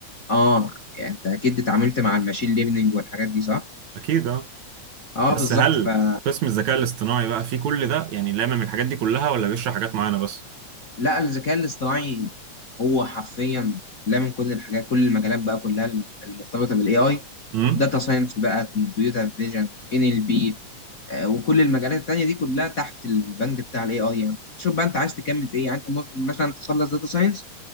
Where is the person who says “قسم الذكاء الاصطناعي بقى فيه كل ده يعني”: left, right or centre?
Right